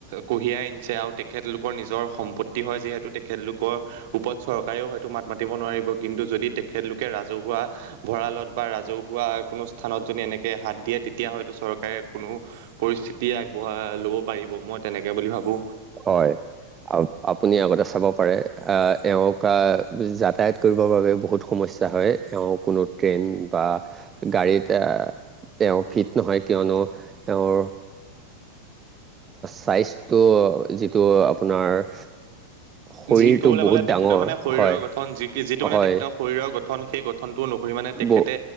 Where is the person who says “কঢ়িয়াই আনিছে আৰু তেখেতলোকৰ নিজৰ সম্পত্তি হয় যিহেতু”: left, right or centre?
Right